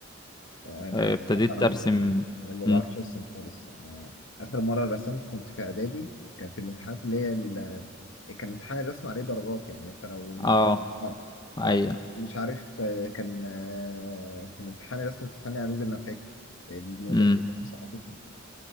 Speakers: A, on the left (about 75°); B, on the left (about 20°).
A: آه، انا
B: آه،
A: الصراحه
B: ابتديت
A: انا
B: ارسم
A: م- انا انا ما
B: مم.
A: بعرفش ارسم خالص انا اخر مره رسمت كنت في اعدادي كان في الامتحانات اللي هي ال... كان امتحان الرسم عليه درجات يعني انت لو
B: اه
A: اه
B: ايوه
A: ف- مش عارف آه، كان آه، في الامتحان الرسم الثاني اعدادي انا فاكر المدرسة
B: مم.
A: حطيتني